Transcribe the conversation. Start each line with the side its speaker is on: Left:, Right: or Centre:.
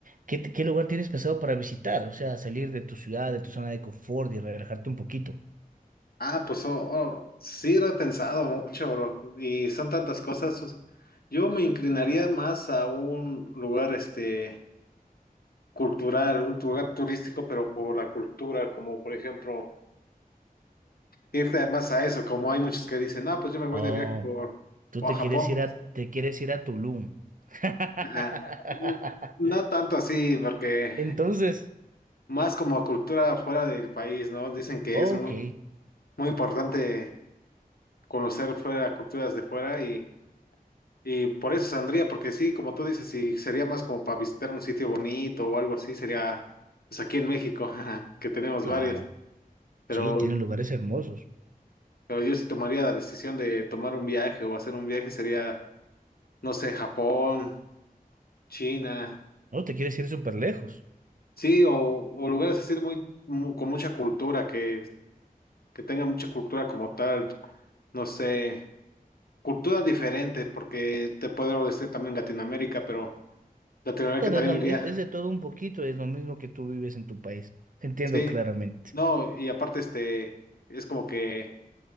Right: ¿qué, te- qué lugar tienes pensado para visitar? O sea, salir de tu ciudad, de tu zona de confort y relajarte un poquito.
Left: Ah, pues oh, oh, sí lo he pensado mucho, bro. Y son tantas cosas. sus- Yo me inclinaría más a un lugar este cultural, un lugar turístico, pero por la cultura, como por ejemplo, irte más a eso, como hay muchos que dicen, ah, pues yo me voy
Right: Oh,
Left: de viaje por,
Right: tú
Left: por
Right: te
Left: Japón.
Right: quieres ir a, te quieres ir a Tulum. <laughs>
Left: Ajá. No tanto así, porque
Right: Entonces,
Left: más como cultura fuera del país, ¿no? Dicen que
Right: ok,
Left: es muy, muy importante conocer fuera culturas de fuera y, y por eso saldría, porque sí, como tú dices, si sería más como para visitar un sitio bonito o algo así, sería pues aquí en México, <laughs> jaja, que tenemos
Right: claro.
Left: varios, pero,
Right: Sí, tiene lugares hermosos.
Left: pero yo sí tomaría la decisión de tomar un viaje o hacer un viaje, sería, no sé, Japón, China,
Right: No te quieres ir súper lejos.
Left: sí, o, o lugares así muy, mu- con mucha cultura, que, que tengan mucha cultura como tal, no sé. Cultura diferente, porque te puedo decir también Latinoamérica, pero Latinoamérica
Right: Pero
Left: también
Right: es, lo-
Left: iría.
Right: es es de todo un poquito, es lo mismo que tú vives en tu país. Entiendo
Left: Sí,
Right: claramente.
Left: no, y aparte, este, es como que